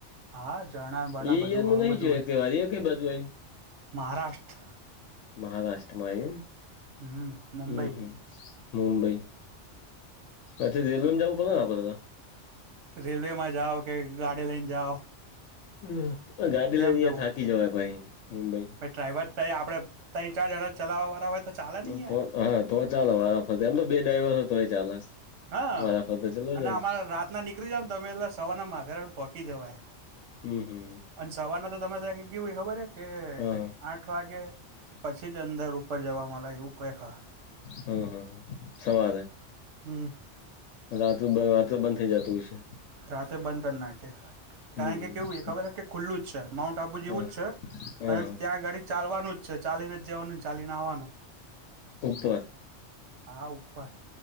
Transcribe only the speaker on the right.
હા ઝરણા બરણા
બધું ઘણું
બધું
હોય.
મહારાષ્ટ્ર
હમ મુંબઈ
રેલવેમાં જાઓ કે ગાડી લઈને જાઓ.
જેમ
જવું
ડ્રાઈવર તઈ આપણે તન ચાર જણા ચલાવવાળા હોય. તો ચાલે નહી યાર
હા
અને
અમા
રાતના નીકળી જાવ ને તમે એટલે સવારના માથેરાન પોકી જવાય.
અને સવારના તો તમારે ત્યા કેવું હોય ખબર હેકે આ
આઠ વાગે પછી જ અંદર ઉપર જવા મલે એવું કંઈક હે.
હમ
રાતે બંધ કર નાખે. કારણ
કે કેવું એ ખબર કે ખુલ્લું જ છે. માઉન્ટ આબુ જેવું
જ છે
અને ત્યાં ગડી ચાલવાનું જ છે ચાલીને જ જવાનું ને ચાલીને આવાનું.
હા ઉપર.